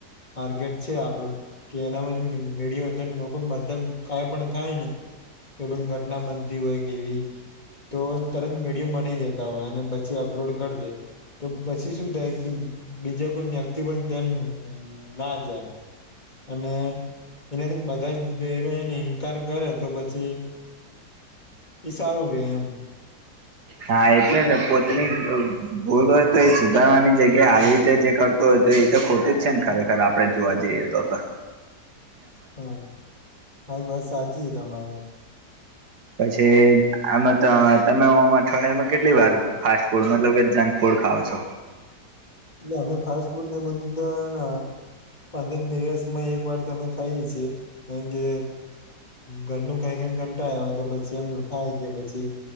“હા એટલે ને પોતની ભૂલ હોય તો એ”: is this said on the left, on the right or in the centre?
Right